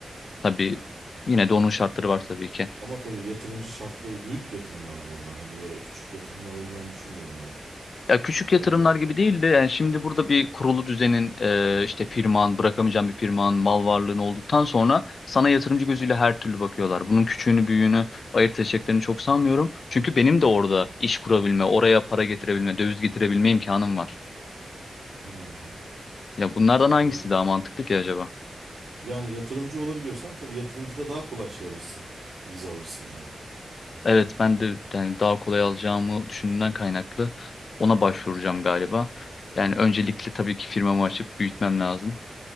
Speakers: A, on the left; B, on the right.
A: Tabii yine de onun şartları var tabii ki.
B: Ama tabii yatırımcı şartları büyük yatırımlardır onlar. Hani böyle küçük yatırımlar olacağını düşünmüyorum ben.
A: Ya küçük yatırımlar
B: Yani
A: gibi değil de yani şimdi burada bir kurulu düzenin e, işte firman, bırakamayacağın bir firman, mal varlığın olduktan sonra sana yatırımcı gözüyle her türlü bakıyorlar. Bunun küçüğünü büyüğünü ayırt edeceklerini çok sanmıyorum. Çünkü benim de orada iş kurabilme, oraya para getirebilme, döviz getirebilme imkanım var.
B: hmm,
A: Ya bunlardan
B: anladım.
A: hangisi daha mantıklı ki acaba?
B: Yani yatırımcı olabiliyorsan tabii yatırımcıda daha kolay şey alırsın. Vize alırsın yani.
A: Evet ben de yani daha kolay alacağımı düşündüğümden kaynaklı ona başvuracağım galiba. Yani öncelikle tabii ki firmamı açıp büyütmem lazım.